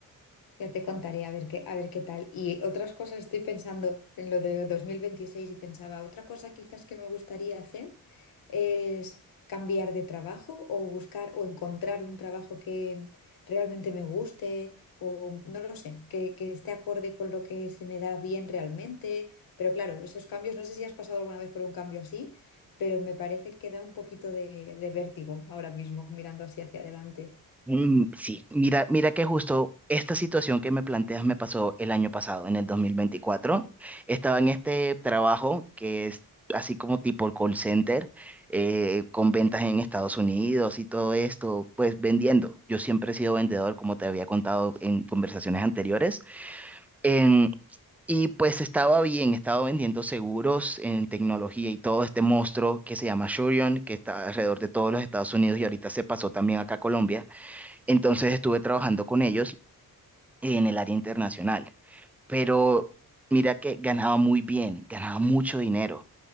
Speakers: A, on the left; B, in the centre.
A: Ya te contaré a ver qué, a ver qué tal. Y otras cosas, estoy pensando en lo de 2026 y pensaba, otra cosa quizás que me gustaría hacer es cambiar de trabajo o buscar o encontrar un trabajo que realmente me guste o no lo sé, que, que esté acorde con lo que se me da bien realmente. Pero claro, esos cambios, no sé si has pasado alguna vez por un cambio así, pero me parece que da un poquito de, de vértigo ahora mismo mirando así hacia adelante.
B: Mm, sí, mira, mira que justo esta situación que me planteas me pasó el año pasado, en el 2024. Estaba en este trabajo que es así como tipo call center, eh, con ventas en Estados Unidos y todo esto, pues vendiendo. Yo siempre he sido vendedor, como te había contado en conversaciones anteriores. En- y pues estaba bien, estaba vendiendo seguros en tecnología y todo este monstruo que se llama Shurion, que está alrededor de todos los Estados Unidos y ahorita se pasó también acá a Colombia. Entonces estuve trabajando con ellos en el área internacional. Pero mira que ganaba muy bien, ganaba mucho dinero,